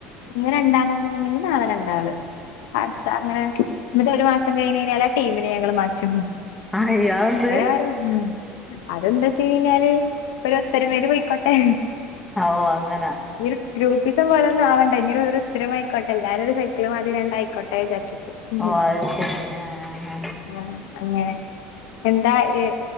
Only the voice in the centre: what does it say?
ആഹ് അയ്യോ അതെന്ത്
ആവൂ അങ്ങനെ
ഓ അത് ശരി ആഹ്